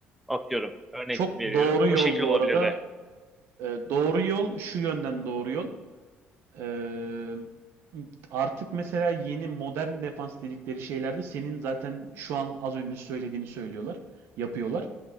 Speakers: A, in the centre; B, on the right.
A: atıyorum. Örnek
B: Çok
A: veriyorum.
B: doğru
A: O
B: yol
A: şekil
B: bu
A: olabilir
B: arada.
A: de.
B: E, doğru yol şu yönden doğru yol. Ee, artık mesela yeni modern defans dedikleri şeylerde senin zaten şu an az önce söylediğini söylüyorlar, yapıyorlar.